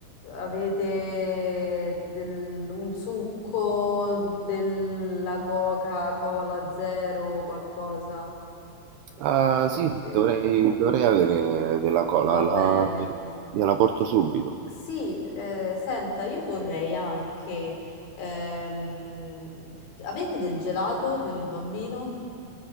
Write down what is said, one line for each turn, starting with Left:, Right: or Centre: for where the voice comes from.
Left: avete del- un succo della Coca-Cola zero qualcosa?
Right: Ah,
Left: Perché
Right: sì, dovrei, dovrei avere della cola.
Left: va
Right: La,
Left: bene.
Right: gliela porto subito.
Left: Sì, eh, senta, io vorrei anche, ehm, avete del gelato per il bambino?